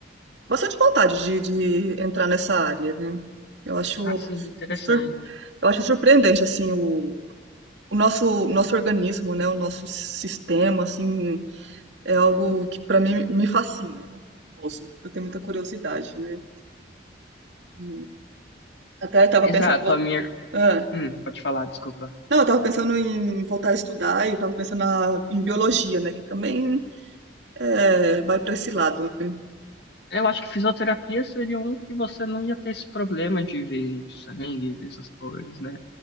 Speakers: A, on the right; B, on the left.
A: bastante vontade de, de entrar nessa área, né? Eu acho,
B: Ah, sim, interessante.
A: sur- eu acho surpreendente, assim, o, o nosso, nosso organismo, né? O nosso sistema, assim, é algo que para mim me fascina. É muito curioso. Eu tenho muita curiosidade, né? E Até estava
B: Exato,
A: pensando em voltar.
B: a minha.
A: Ah.
B: Hum, pode falar, desculpa.
A: Não, eu tava pensando em voltar a estudar e eu tava pensando na- em biologia, né? Que também é, vai para esse lado, né?
B: Eu acho que fisioterapia seria um que você não ia ter esse problema de ver sangue, ver essas coisas, né?